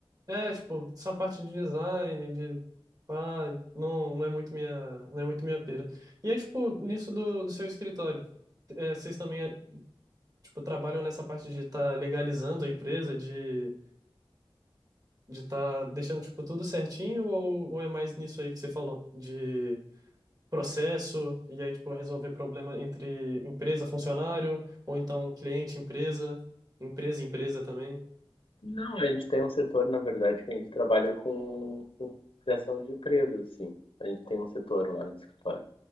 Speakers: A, on the right; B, on the left.
A: É, tipo, essa parte de design, de... Ah, não, não é muito minha, não é muito minha pira. E aí, tipo, nisso do, do seu escritório, é, vocês também tipo, trabalham nessa parte de estar legalizando a empresa, de de estar deixando, tipo, tudo certinho, ou, ou é mais nisso aí que você falou, de processo, e aí, tipo, resolver problema entre empresa, funcionário, ou então cliente, empresa, empresa, empresa também?
B: Não, a gente tem um setor, na verdade, que a gente trabalha com, com criação de empresas, assim. A gente tem um setor lá no escritório,